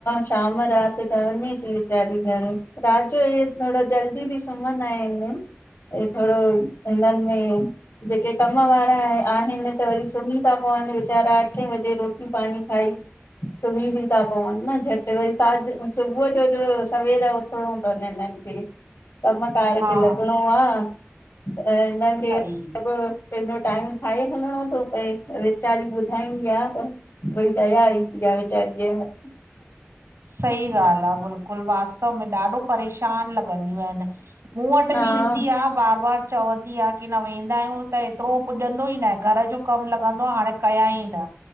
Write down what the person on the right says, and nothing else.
हा
सही
सही ॻाल्हि आहे बिल्कुलु वास्तव में ॾाढो परेशान लॻंदियूं आहिनि। मूं वटि
बि ईंदी आ। बार बार चवंदी आ, की न वेंदा आहियूं त एतिरो पुॼंदो ई न आहे घर जो कम लॻंदो आहे हाणे कया ई न।